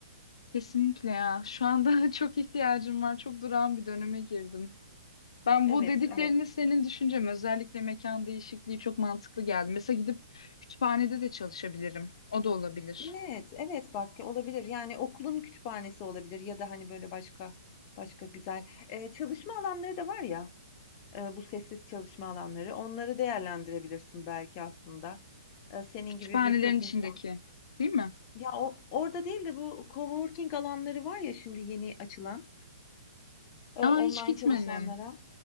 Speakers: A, on the left; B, on the left.
A: Kesinlikle ya. Şu anda <laughs> çok ihtiyacım var. Çok durağan bir döneme girdim. Ben
B: Evet,
A: bu dediklerini
B: evet.
A: senin düşüncem özellikle mekan değişikliği çok mantıklı geldi. Mesela gidip kütüphanede de çalışabilirim. O da olabilir.
B: Evet, evet bak olabilir. Yani okulun kütüphanesi olabilir ya da hani böyle başka başka güzel Ee, çalışma alanları da var ya e, bu sessiz çalışma alanları. Onları değerlendirebilirsin belki aslında. Ee, senin
A: Kütüphanelerin
B: gibi birçok
A: içindeki,
B: insan.
A: değil mi?
B: Ya o, orada değil de bu coworking alanları var ya şimdi yeni açılan e,
A: Aa
B: online
A: hiç gitmedim.
B: çalışanlara.